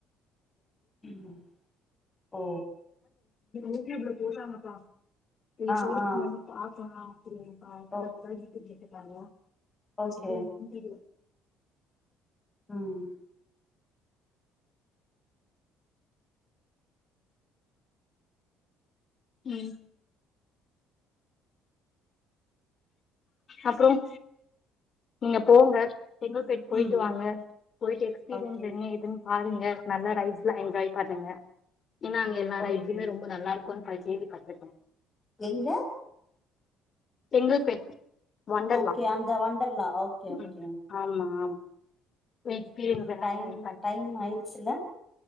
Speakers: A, on the left; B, on the left.
A: ம். ஓ
B: யூடிப்ல போட்டாங்கப்பா இது
A: ஆ
B: போடுறதுக்கு
A: ஆ
B: முன்னாடி பாப்போம் திம் பார்க்குல
A: ஓ
B: உட்காந்து இருக்கேன் பண்ணலாம்
A: ஓகே
B: சத்தமா ஒன்னும் கேட்கல
A: ஹ்ம்
B: உம் அப்புறம் நீங்க போங்க செங்கல்பேட் போயிட்டு
A: ம்
B: வாங்க போயிட்டு எக்ஸ்பீரியன்ஸ்
A: ஓகே
B: என்ன எதுன்னு பாருங்க நல்லா ரைஸ் எல்லாம் என்ஜாய் பண்ணுங்க ஏன்னா அங்க எல்லாரைஸ்மே
A: ஓகே
B: ரொம்ப நல்லா இருக்கும்ன்னு கேள்விபட்ருக்கேன்
A: எங்க
B: செங்கல்பேட் ஒண்டர்லா
A: ஓகே அந்த வண்டர்லா ஓகே
B: ம்
A: ஓகே
B: ஆமா ஆமா
A: ஓகே
B: எக்ஸ்பீரியன்ஸ் எல்லாம்
A: டைம்
B: நீங்க
A: டைம் ஆயிடுச்சல